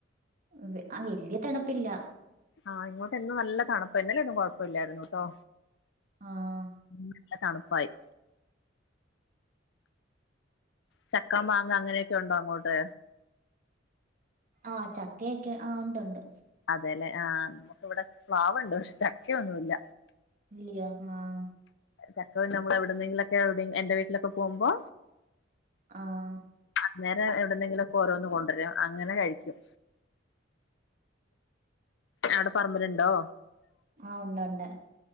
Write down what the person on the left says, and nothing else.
ആഹ്, ഇങ്ങോട്ടെന്നും നല്ലതാണുപ്പാ. ഇന്നലെന്നും കുഴപ്പല്ലായിരുന്നു കേട്ടോ.
നല്ല തണുപ്പായി. ചക്കാ, മാങ്ങ, അങ്ങനെയൊക്കെയുണ്ടോ അങ്ങോട്ട്.
അതെലെ ആഹ് നമുക്ക് ഇവിടെ പ്ലാവുണ്ട് പക്ഷെ ചക്കയൊന്നുല്ല.
ചക്ക പിന്നെ നമ്മള് എവിട്ന്നെങ്കിലൊക്കെ. എന്റെ വീട്ടിലൊക്കെ പോകുമ്പോ.
അന്നേരം എവിട്ന്നെങ്കിലെക്കെ ഓരോന്ന് കൊണ്ടരും. അങ്ങനെ കഴിക്കും. അടെ പറമ്പില്ണ്ടോ?